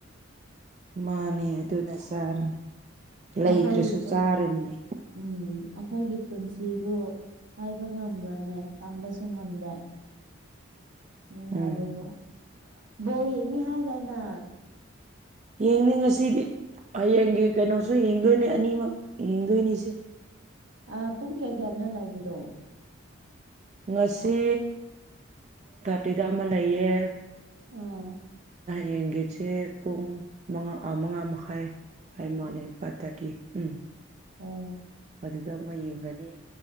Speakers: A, on the right; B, on the right.
A: ꯃꯥꯅꯦ ꯑꯗꯨꯅ ꯆꯥꯔꯤꯅꯤ ꯂꯩꯇ꯭ꯔꯁꯨ
B: ꯑꯩꯈꯣꯏꯒꯤ
A: ꯆꯥꯔꯤꯅꯤ
B: ꯎꯝ ꯑꯩꯈꯣꯏꯒꯤ ꯄꯨꯟꯁꯤꯕꯨ ꯍꯥꯏꯕ ꯉꯝꯕ꯭ꯔꯅꯦ ꯇꯝꯕꯁꯨ ꯉꯝꯗꯦ ꯏ
A: ꯎꯝ
B: ꯍꯥꯏꯕꯕꯣ ꯕꯣ ꯌꯦꯡꯅꯤ ꯍꯥꯏꯗꯥꯏꯅ
A: ꯌꯦꯡꯅꯤ ꯉꯁꯤꯗꯤ ꯍꯌꯦꯡꯒꯤ ꯀꯩꯅꯣꯁꯨ ꯌꯦꯡꯗꯣꯏꯅꯤ ꯑꯅꯤꯃꯛ ꯌꯦꯡꯗꯣꯏꯅꯤꯁꯦ
B: ꯑ ꯄꯨꯡ ꯀꯌꯥ ꯀꯌꯥꯅꯣ ꯂꯥꯛꯕꯗꯣ
A: ꯉꯁꯤ
B: ꯎꯝꯝ
A: ꯑꯗꯨꯏꯗ ꯑꯃ ꯂꯩꯌꯦ
B: ꯑꯥ
A: ꯌꯦꯡꯒꯁꯦ ꯄꯨꯡ ꯃꯉꯥ ꯃꯉꯥ ꯃꯈꯥꯏ ꯐꯥꯏꯚ ꯃꯥꯅꯤꯡ ꯐꯥꯏꯚ ꯊꯥꯔꯇꯤ ꯎꯝ
B: ꯎꯝ
A: ꯑꯗꯨꯗ ꯑꯃ ꯌꯦꯡꯒꯅꯤ